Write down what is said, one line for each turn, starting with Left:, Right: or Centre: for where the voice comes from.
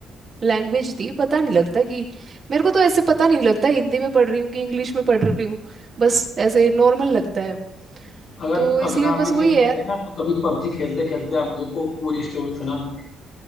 Right: लैंग्वेज थी पता नहीं लगता कि मेरे को तो ऐसे पता नहीं लगता हिंदी में पढ़ रही हूँ कि इंग्लिश में पढ़ रही हूँ बस ऐसे नॉर्मल लगता है
Left: अगर
Right: तो इसलिए
Left: अगर आप
Right: बस
Left: ये
Right: वही
Left: गेम
Right: है
Left: खेलते
Right: यार
Left: ना तो कभी पबजी खेलते खेलते आप मुझे को पूरी स्टोरी सुना देते